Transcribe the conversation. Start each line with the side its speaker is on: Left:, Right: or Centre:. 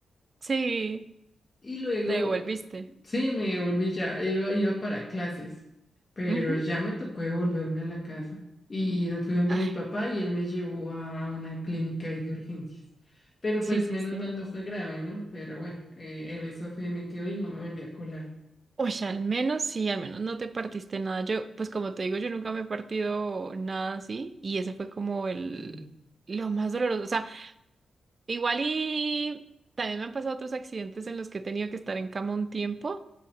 Right: Sí,
Left: y luego,
Right: te devolviste.
Left: sí, me volví ya, iba, iba para clases, pero
Right: Ujú.
Left: ya me tocó devolverme a la casa. Y fui donde
Right: Ay,
Left: mi papá y él me llevó a una clínica ahí de urgencias. Pero
Right: sí,
Left: pues
Right: sí,
Left: menos
Right: sí.
Left: mal no fue grave, ¿no? Pero bueno, eh, el beso fue, me quedé y no me volví a colar.
Right: Oye, al menos sí, al menos no te partiste nada. Yo, pues como te digo, yo nunca me he partido nada así y ese fue como el
Left: Sí,
Right: lo más doloroso. O sea, Igual y también me han pasado otros accidentes en los que he tenido que estar en cama un tiempo,